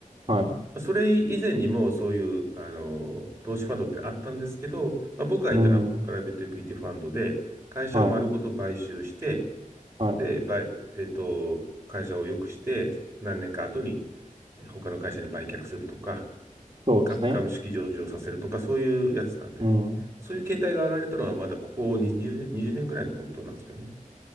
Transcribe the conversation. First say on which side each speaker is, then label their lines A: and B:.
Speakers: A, on the right; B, on the right.
A: はい。
B: あそれ以前にもそういう、あの、投資ファンドってあったんですけど、まあ、僕がいたのはプライベートエクイティファンドで、
A: うん、
B: 会社を丸ごと買収して、
A: はい、はい。
B: で、買えっと、会社を良くして、何年か後に、他の会社に売却するとか、
A: そうですね。
B: か株式上場させるとか、そういうやつなんでね。
A: うん。
B: そういう形態が現れたのはまだここ20、20年ぐらいのことなんですよね。